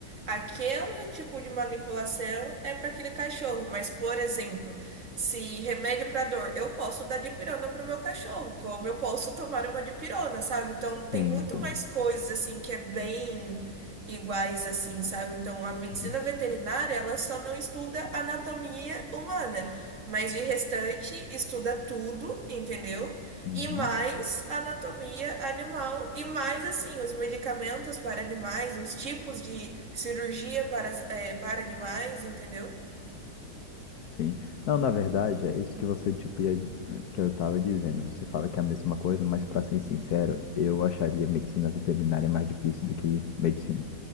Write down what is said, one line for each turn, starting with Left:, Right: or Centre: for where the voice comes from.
Right: Aquele tipo de manipulação é para aquele cachorro, mas, por exemplo, se remédio para dor, eu posso dar dipirona pro meu cachorro, como eu posso tomar uma dipirona, sabe? Então tem
Left: Sim,
Right: muito
Left: sim.
Right: mais coisas assim que é bem iguais assim, sabe? Então a medicina
Left: Uhum,
Right: veterinária, ela só não estuda anatomia humana, mas de restante estuda tudo, entendeu?
Left: uhum,
Right: E mais anatomia animal e mais assim os medicamentos para animais, os tipos de cirurgia para, as- eh, para animais, entendeu?
Left: sim. Não, na verdade, é isso que você, tipo, ia, que eu tava dizendo. Você fala que é a mesma coisa, mas para ser sincero, eu acharia medicina veterinária mais difícil do que medicina.